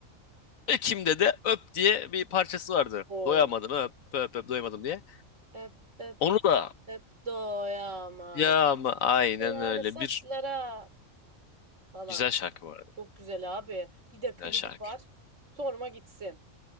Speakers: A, on the left; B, on the right.
A: Ekim'de de Öp diye bir parçası vardı.
B: Oo.
A: Doyamadım öp öp öp doyamadım diye.
B: Öp öp
A: Onu da
B: öp doyamadım.
A: Ya ama aynen
B: Şelale
A: öyle.
B: saçlara
A: Bir
B: falan.
A: güzel şarkı bu arada.
B: Çok güzel abi. Bir de klibi
A: Güzel şarkı.
B: var. Sorma gitsin.